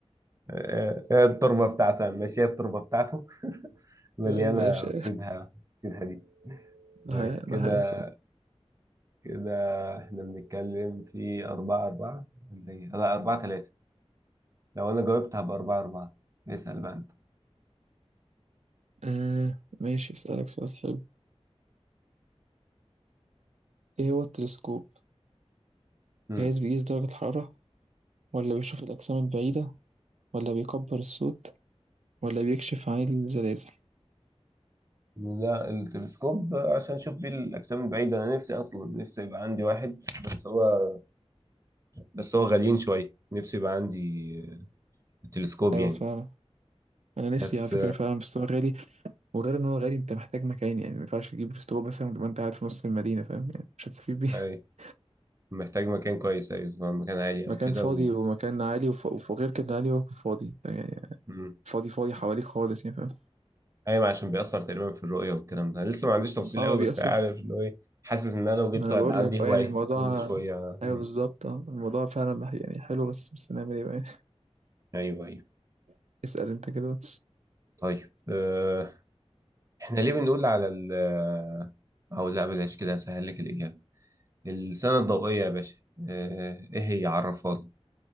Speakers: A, on the right; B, on the right.
A: آه، آه، التربة بتاعته يعني. ماشي هي التربة بتاعته مليانة
B: ماشي
A: أكسيد ح- أكسيد حديد طيب
B: ه- انا
A: كده
B: عايز
A: كده احنا بنتكلم في أربعة أربعة ولا إيه؟ لا أربعة تلاتة لو أنا جاوبت هبقى أربعة أربعة اسأل بقى أنت
B: آه ماشي اسألك سؤال حلو ايه هو التلسكوب
A: مم.
B: جهاز بيقيس درجة الحرارة ولا بيشوف الأجسام البعيدة ولا بيكبر الصوت ولا بيكشف عن الزلازل
A: لا التلسكوب عشان أشوف بيه الأجسام البعيدة أنا نفسي أصلا نفسي يبقى عندي واحد بس هو بس هو غاليين شوية نفسي يبقى عندي تلسكوب
B: أيوة
A: يعني
B: فعلا أنا نفسي
A: بس
B: على فكرة فعلا بس هو غالي وغير إن هو غالي أنت محتاج مكان يعني ما ينفعش تجيب تلسكوب مثلا وتبقى أنت قاعد في نص المدينة فاهم يعني مش هتستفيد بيه <laughs>
A: أي محتاج مكان كويس أيوة مكان عالي أو
B: مكان
A: كده
B: فاضي
A: و...
B: ومكان عالي وف... وغير كده عالي وفاضي يعني
A: آه.
B: فاضي فاضي حواليك خالص يعني فاهم
A: ايوه عشان بيأثر تقريبا في الرؤية والكلام ده أنا لسه ما عنديش تفصيل
B: <laughs> اه
A: قوي
B: بيأثر
A: بس عارف اللي هو ايه حاسس ان انا لو جبته
B: ما انا بقول
A: هيبقى عندي
B: لك
A: هواية
B: اه يعني الموضوع
A: كل شوية
B: ايوه
A: مم.
B: بالظبط اه الموضوع فعلا مح- يعني حلو بس بس نعمل ايه بقى
A: ايوه ايوه
B: <laughs> اسأل انت كده
A: طيب أه... احنا ليه بنقول على ال آه، او لا بلاش كده هسهل لك الإجابة السنة الضوئية يا باشا أه... ايه هي عرفها لي